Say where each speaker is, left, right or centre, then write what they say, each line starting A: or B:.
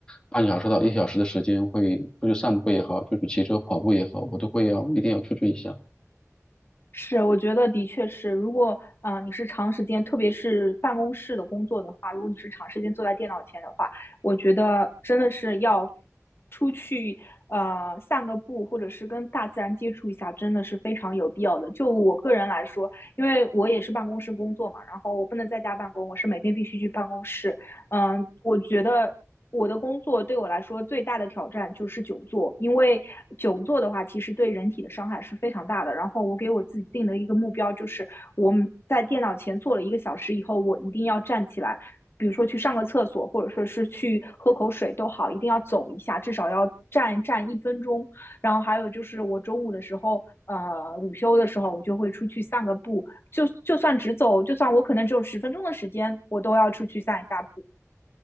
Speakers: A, on the left; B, on the left.
A: 半个小时到一小时的时间，会出去散步也好，出去骑车、跑步也好，我都会要一定要出去一下。
B: 是，我觉得的确是。如果啊、呃你是长时间，特别是办公室的工作的话，如果你是长时间坐在电脑前的话，我觉得真的是要出去呃散个步，或者是跟大自然接触一下，真的是非常有必要的。就我个人来说，因为我也是办公室工作嘛，然后我不能在家办公，我是每天必须去办公室。嗯，我觉得我的工作对我来说最大的挑战就是久坐，因为久坐的话，其实对人体的伤害是非常大的。然后我给我自己定的一个目标就是，我们在电脑前坐了一个小时以后，我一定要站起来，比如说去上个厕所，或者说是去喝口水都好，一定要走一下，至少要站站一分钟。然后还有就是我中午的时候。呃，午休的时候我就会出去散个步，就就算只走，就算我可能只有十分钟的时间，我都要出去散一下步。